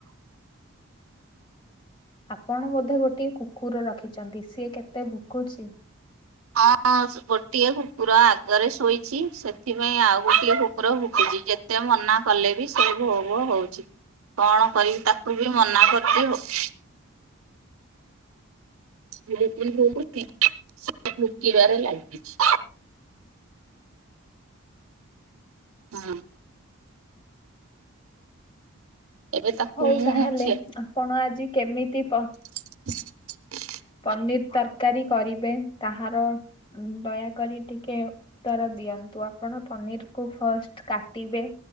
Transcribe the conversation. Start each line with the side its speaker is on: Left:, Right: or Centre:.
Left: ଆପଣ ବୋଧେ ଗୋଟିଏ କୁକୁର ରଖିଛନ୍ତି ସିଏ କେତେ ଭୁକୁଛି।
Right: ହଁ ହଁ ଗୋଟିଏ କୁକୁର ଆଗରେ ଶୋଇଛି ସେଥିପାଇଁ ଆଉ ଗୋଟିଏ କୁକୁର ଭୁକୁଛି ଯେ ଯେତେ ମନା କଲେ ବି ସେ ଭୋ ଭୋ ହଉଛି। କଣ କରିବି ତାକୁ ବି ମନା କରୁକି ହଉଛି। ଭ ଭ ଭକ <inaudible> ଭୁକି ବାରେ ଲାଗଛି। ହଁ। ଏବେ ତାକୁ
Left: ହଉ
Right: ମୁଁ
Left: ତାହେଲେ
Right: ଛେ
Left: ଆପଣ ଆଜି କେମିତି ପ
Right: <inaudible>
Left: ପନିର ତରକାରୀ କରିବେ ତାହାର <inaudible> ଦୟାକରି ଟିକେ ଉତ୍ତର ଦିଅନ୍ତୁ। ଆପଣ ପନିର କୁ ଫାଷ୍ଟ କାଟିବେ